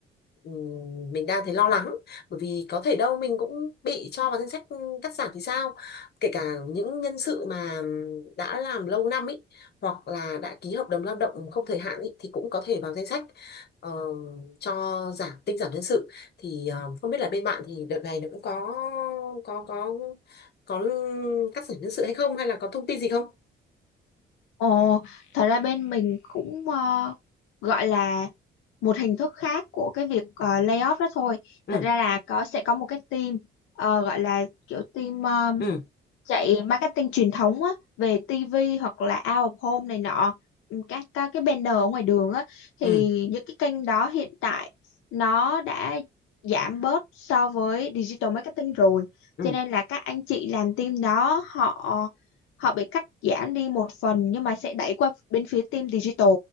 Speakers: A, on the left; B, on the left.
A: ừm, mình đang thấy lo lắng bởi vì có thể đâu mình cũng bị cho vào danh sách cắt giảm thì sao kể cả những nhân sự mà đã làm lâu năm ấy hoặc là đã ký hợp đồng lao động không thời hạn ấy, thì cũng có thể vào danh sách ờ, cho giảm tinh giảm nhân sự thì ờ, không biết là bên bạn thì đợt này nó cũng có có có có cắt giảm nhân sự hay không hay là có thông tin gì không?
B: Ồ, thật ra bên mình cũng ờ, gọi là một hình thức khác của cái việc ờ, layoff đó thôi.
A: ừ
B: Thật ra là có sẽ có một cái team ờ, gọi là kiểu team ờ,
A: ừ
B: chạy marketing truyền thống á về TV hoặc là out of home này nọ ừm, các các cái banner ở ngoài đường á thì
A: ừ
B: những cái kênh đó hiện tại nó đã giảm bớt so với digital marketing rồi
A: ừ
B: cho nên là các anh chị làm team đó họ họ bị cắt giảm đi một phần nhưng mà sẽ đẩy qua bên phía team digital